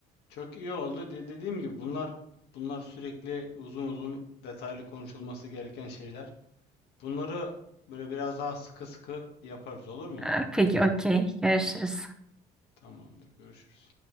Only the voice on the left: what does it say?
Çok iyi oldu. De dediğim gibi bunlar bunlar sürekli uzun uzun detaylı konuşulması gereken şeyler. Bunları böyle biraz daha sıkı sıkı yaparız olur mu?
Tamamdır. Görüşürüz.